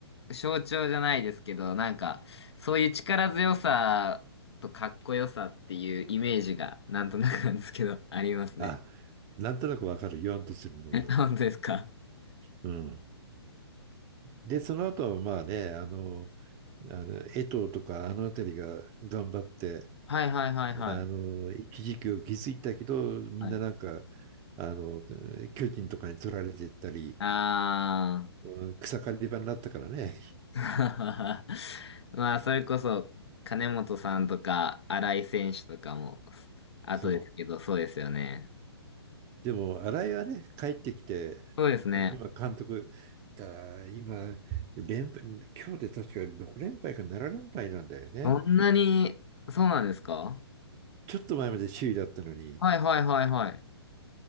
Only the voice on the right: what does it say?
あ、なんとなくわかる、言わんとするのは。
うん。で、その後はまあね、あの、あの江藤とかあの辺りが頑張って、
あの、一時期を築いたけど、みんななんか、
あの、巨人とかに取られてったり、
うん、草刈り場になったからね。
そう。
でも、新井はね、帰ってきて、
あ今、監督、だ今連敗、今日で確か6連敗か7連敗なんだよね。
ちょっと前まで首位だったのに、